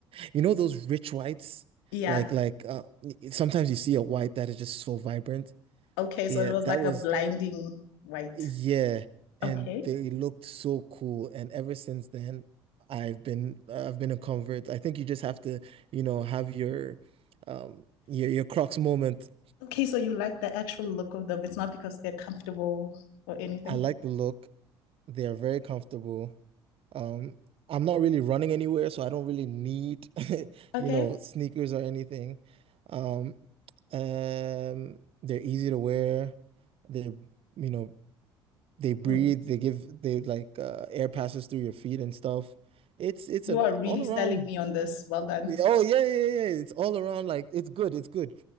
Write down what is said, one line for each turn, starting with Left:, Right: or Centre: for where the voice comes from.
Right: you know those rich whites?
Left: Yeah.
Right: Like like uh sometimes you see a white that is just so vibrant.
Left: Okay. So
Right: Yeah,
Left: it was
Right: that
Left: like
Right: was
Left: a blinding white.
Right: Yeah, and
Left: Okay.
Right: they looked so cool. And ever since then, I've been I've been a convert. I think you just have to, you know, have your um your your Crocs moment.
Left: Okay. So you like the actual look of them. It's not because they're comfortable or anything.
Right: I like the look. They are very comfortable. Um, I'm not really running anywhere, so I don't really need, <laughs>
Left: Okay.
Right: you know, sneakers or anything. Um, um, they're easy to wear. They're, you know, They breathe,
Left: Mm.
Right: they give they like uh, air passes through your feet and stuff. It's it's
Left: You
Right: an
Left: are
Right: all
Left: really
Right: around
Left: selling me on this. Well done.
Right: oh yeah, yeah, yeah. yeah, It's all around like it's good, it's good.